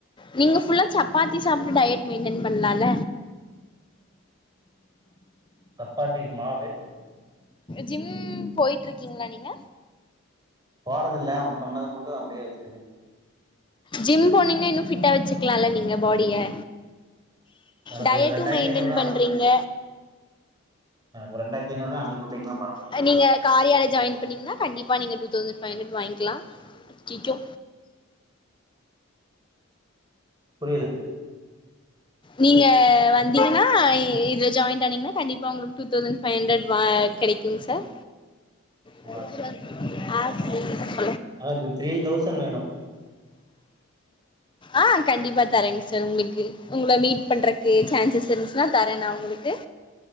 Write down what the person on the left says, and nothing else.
நீங்க புல்லா சப்பாத்தி சாப்ட்டு டயட் மெயின்டன் பண்லால்ல
ஜிம் போய்ட்டிருகீங்களா நீங்க
ஜிம் போனிங்ன்னா இன்னு ஃபிட்டா வச்சிக்கலால்ல நீங்க பாடிய
டயட்டு
மெயின்டென்
பண்றீங்க
அது நீங்க கார்யால ஜாயின் பண்ணீங்கன்னா கண்டிப்பா நீங்க டூ தௌசண்ட் பைவ் ஹண்ரட் வாங்கிக்கலா கிகோ
நீங்க வந்தீங்கன்னா இ இதுல ஜாயின்ட் ஆணிங்கன்னா கண்டிப்பா உங்களுக்கு டூ தௌசண்ட் பைவ் ஹண்ட்ரட் வா கெடைக்குங் சார் சொல்லக்கூடாது
ஆ <unintelligible>
ஆ கண்டிப்பா தரங் சார் உங்ளுக்கு உங்கள மீட் பண்றக்கு சான்சஸ் இருந்ச்சுன்னா தரே நா உங்களுக்கு